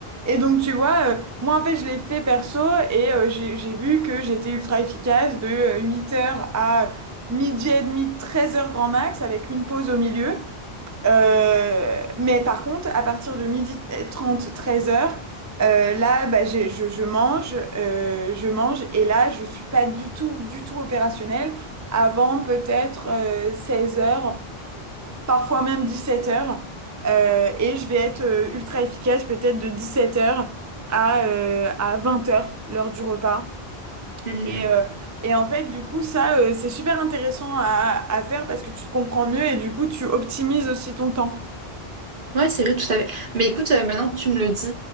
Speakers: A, on the right; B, on the right.
A: Et donc tu vois, euh, moi en fait je l'ai fait perso et euh, j'ai j'ai vu que j'étais ultra efficace de euh, huit heures à midi et demi, treize heures grand max avec une pause au milieu. Euh, mais par contre, à partir de midi euh, 30 13 heures, euh, là, bah, j'ai- je, je mange, euh, je mange, et là, je suis pas du tout, du tout opérationnelle avant peut-être euh, 16 heures, parfois même 17 heures, euh, et je vais être euh, ultra efficace peut-être de 17 heures à, euh, à 20 heures, l'heure du repas.
B: D'accord.
A: Et, euh, et en fait, du coup, ça, euh, c'est super intéressant à, à faire parce que tu te comprends mieux et du coup, tu optimises aussi ton temps.
B: Ouais, c'est vrai, tout à fait. Mais écoute, euh, maintenant que tu me le dis,